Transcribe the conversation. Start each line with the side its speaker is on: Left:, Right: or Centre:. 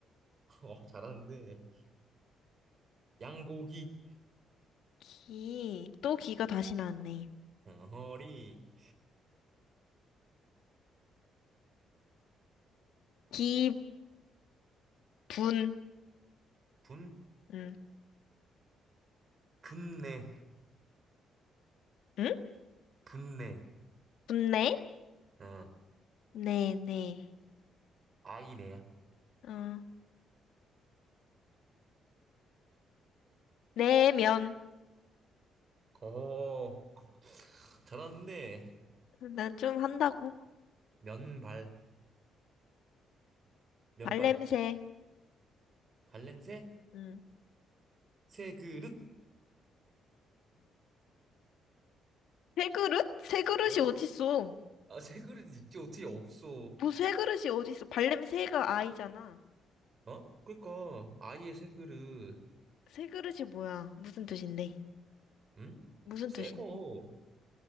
Right: <laughs> 어, 잘하는데. 양고기.
Left: 기, 또 기가 다시 나왔네.
Right: 어, 허리.
Left: 기분. 음.
Right: 분?
Left: 응?
Right: 분내.
Left: 응?
Right: 분내.
Left: 분내?
Right: 어,
Left: 네, 네.
Right: 아이네야.
Left: 어, 내면.
Right: 오, 잘하는데.
Left: 나 좀 한다고.
Right: 면발. 면발.
Left: 발냄새.
Right: 발냄새?
Left: 응.
Right: 새그릇.
Left: 새 그릇? 새 그릇이
Right: 어,
Left: 어딨어?
Right: 아, 새 그릇 있지 어떻게 없어?
Left: 뭐새 그릇이 어딨어? 발냄새가 아이잖아.
Right: 어? 그러니까 아예 새 그릇,
Left: 새 그릇이 뭐야? 무슨 뜻인데?
Right: 응?
Left: 무슨
Right: 새
Left: 뜻인데?
Right: 거,